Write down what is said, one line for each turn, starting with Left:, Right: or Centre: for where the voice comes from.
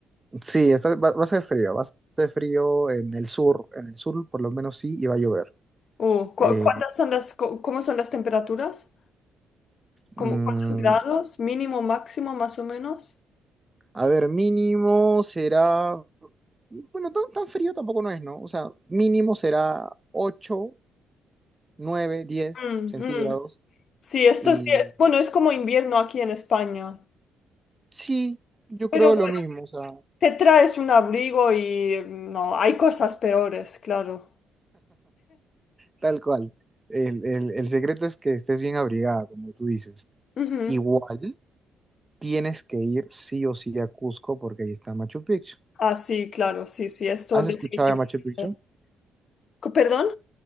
Right: Sí, está- va, va a ser frío, va a ser frío en el sur, en el sur por lo menos sí, y va a llover.
Left: Oh, ¿cu-
Right: Eh,
Left: cuántas son las, co- cómo son las temperaturas? ¿Cómo-
Right: mm,
Left: cuántos grados? ¿Mínimo, máximo, más o menos?
Right: a ver, mínimo será, bueno, tan, tan frío tampoco no es, ¿no? O sea, mínimo será ocho, nueve, diez
Left: Mm,
Right: centígrados
Left: mm. Sí, esto
Right: y
Left: sí es, bueno, es como invierno aquí en España.
Right: sí, yo
Left: Pero
Right: creo
Left: bueno,
Right: lo mismo, o sea,
Left: te traes un abrigo y mm, no, hay cosas peores, claro.
Right: tal cual. El, el, el secreto es que estés bien abrigada, como tú dices.
Left: Ujú.
Right: Igual tienes que ir sí o sí a Cusco porque ahí está Machu Picchu.
Left: Ah, sí, claro, sí, sí, esto
Right: ¿Has
Left: definitivamente.
Right: escuchado de Machu Picchu?
Left: Co- ¿Perdón?